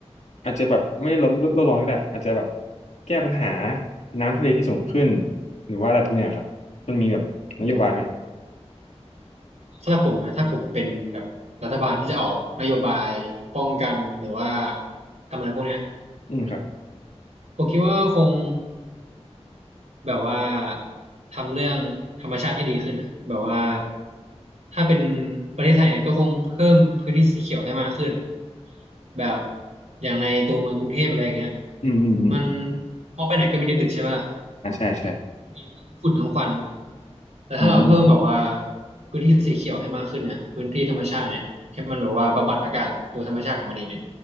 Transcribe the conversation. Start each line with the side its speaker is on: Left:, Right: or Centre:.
Left: อาจจะแบบไม่ลดโลกร้อนก็ได้อาจจะแบบแก้ปัญหาน้ำทะเลที่สูงขึ้นหรือว่าอะไรพวกเนี้ยครับมันมีแบบนโยบายไหม
Right: อืมสำหรับผมนะถ้าผมเป็นแบบรัฐบาลที่จะออกนโยบายป้องกันหรือว่าทำอะไรพวกเนี้ย
Left: อืมครับ
Right: ผมคิดว่าคงแบบว่าทำเรื่องธรรมชาติให้ดีขึ้นครับแบบว่าถ้าเป็นประเทศไทยเนี่ยก็คงเพิ่มพื้นที่สีเขียวให้มากขึ้นแบบอย่างในตัวเมืองกรุงเทพอะไรอย่างเงี้ย
Left: อืมอืมอืม
Right: มันมองไปไหนก็มีแต่ตึกใช่ไหมล่ะ
Left: อ่าใช่ใช่
Right: มีทั้งฝุ่นทั้งควันแต่ถ้าเราเพิ่มแบบว่า
Left: อืมอืม
Right: พื้นที่สีเขียวให้มากขึ้นเนี่ยพื้นที่ธรรมชาติเนี่ยให้มันแบบว่าบำบัดอากาศโดยธรรมชาติของมันเองเนี่ย